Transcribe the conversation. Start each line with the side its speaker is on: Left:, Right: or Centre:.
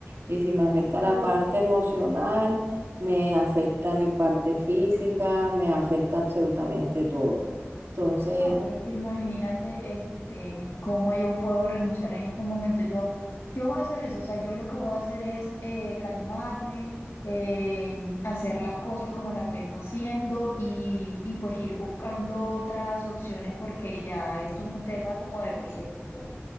Right: Y si me afecta la parte emocional, me afecta mi parte física, me afecta absolutamente todo. Entonces,
Left: No, pero es que imagínate, este, cómo yo puedo renunciar en este momento. Yo, yo voy a hacer eso, o sea, yo lo que voy a hacer es eh, calmarme, eh, hacer las cosas como las vengo haciendo y, y pues ir buscando otras opciones porque ya esto es un tema como de persecución.